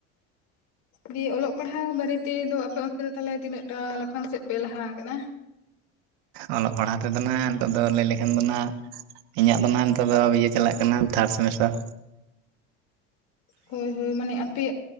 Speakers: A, on the left (about 60°); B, on the right (about 75°).
A: ᱫᱤᱭᱮ ᱚᱞᱚᱜ ᱯᱟᱲᱦᱟᱣ ᱵᱟᱨᱮ ᱛᱮᱫᱚ ᱟᱯᱮ ᱚᱱᱛᱮ ᱫᱚ ᱛᱟᱦᱚᱞᱮ ᱛᱤᱱᱟᱹᱜ ᱴᱟᱻ ᱞᱟᱯᱷᱟᱝ ᱥᱮᱫ ᱯᱮ ᱞᱟᱦᱟ ᱠᱟᱱᱟ?
B: ᱚᱞᱚᱜ ᱯᱟᱲᱦᱟᱣ ᱛᱮᱫᱚ ᱱᱟᱜ ᱱᱤᱛᱚᱜ ᱫᱚ ᱞᱟᱹᱭ ᱞᱮᱠᱷᱟᱱ ᱫᱚ ᱱᱟᱜ ᱤᱧᱟᱜ ᱫᱚ ᱱᱟᱦᱟᱜ ᱱᱤᱛᱚᱜ ᱫᱚ ᱵᱤᱭᱮ ᱪᱟᱞᱟᱜ ᱠᱟᱱᱟ, ᱛᱷᱟᱨᱰ ᱥᱮᱢᱤᱥᱴᱟᱨ᱾
A: ᱦᱳᱭ ᱦᱳᱭ ᱢᱟᱱᱮ ᱟᱯᱮ